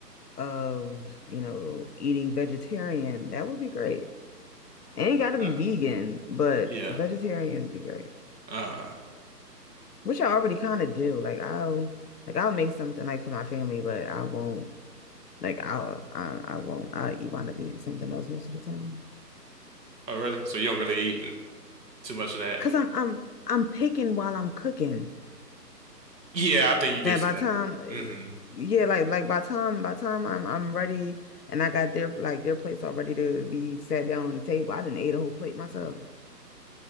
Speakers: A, on the left (about 65°); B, on the right (about 80°).
A: of you know eating vegetarian, that would be great. Ain't got to
B: Huh?
A: be vegan, but
B: yeah
A: vegetarian would be great.
B: uh
A: Which I already kind of do. Like I'll like I'll make something like for my family, but I won't like I'll I, I won't I'll wind up eating something else most of the time.
B: oh really? So you don't really eat too much of that?
A: Cause I'm I'm I'm picking while I'm cooking.
B: Yeah, I think you did
A: That
B: say
A: by
B: that
A: time
B: before.
A: eh,
B: hmm
A: yeah, like like by time by time I'm I'm ready and I got their like their plates all ready to be sat down on the table. I didn't ate a whole plate myself.